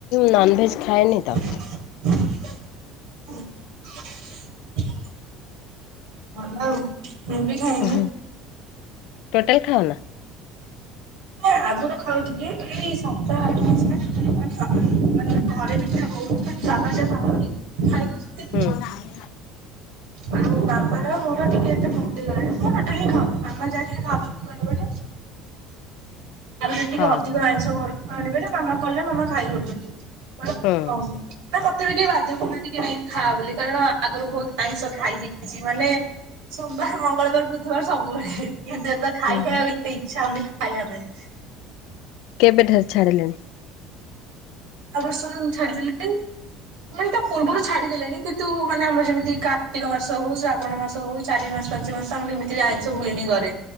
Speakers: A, on the left; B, on the right.
A: ନନଭେଜ ଖାଏନି ତ।
B: ହ ଭଲ ଆଉ, ମୁଁ ବି ଖାଇନି।
A: ହୁଁ, ଟୋଟାଲ୍ ଖାଅନା?
B: ନାଁ ଆଗୁରୁ ଖାଉଥିଲି। ଏଇ ସାତ ଆଠ ମାସ ହେଲା ଟୋଟାଲି ଖାଉନି ମାନେ ଘରେ ଭିତେ ହଉଥିଲା <inaudible> ଖାଇ ଦୋଉଚନ୍ତି।
A: ହୁଁ।
B: ଆଉ-ଉ-ଉ ମାମା ର ମୋର ଟିକେ ଏତେ ବନ୍ଦ ହେଇଗଲାଣି ମୁଁ ଟୋଟାଲି ହିଁ ଖାଉନି ମାମା ଯାହା ଟିକେ ଖାଉଚନ୍ତି ଘର ପଟେ <inaudible> ଟିକେ
A: ହଁ
B: ଅଧିକ
A: ହଁ।
B: ଆଇଁଷ ଘରକୁ ଆଣିବାରେ ମାମା କଲେ ମାମା ଖାଇ ଦୋଉଚନ୍ତି ମାନେ
A: ହୁଁ।
B: ଖାଉନି ମତେ ବି କେହି ବାଧ୍ୟ କରୁନାହାନ୍ତି କି ନାଇଁ ଖା ବୋଲି କାରଣ ଆଗରୁ ବହୁତ ଆଇ ଖାଇଦେଇଛି ମାନେ ସୋମବାର, ମଙ୍ଗଳବାର, ବୁଧବାର ସବୁବେଳେ କିନ୍ତୁ ଏବେ ଖାଇ ଖାଇବାକୁ
A: ହୁଁ
B: ଏତେ ଇଚ୍ଛା ହଉନି ଖାଇବା ପାଇଁ।
A: କେବେଠାରୁ ଛାଡିଲେଣି?
B: ଆପର୍ ଶନ ଛାଡ଼ିଦେଲେ। ମାନେ ତା ପୂର୍ବରୁ ଛାଡିଦେଲେଣି କିନ୍ତୁ ମାନେ ଆମର ଯେମିତି କାର୍ତ୍ତିକ ମାସ ହଉ ଶ୍ରାବଣ ମାସ ହଉ ଚାରି ମାସ ପାଞ୍ଚ ମାସ ତାେ ମତ୍ରୀ ଆଇଷ ହୁଏନି ଘରେ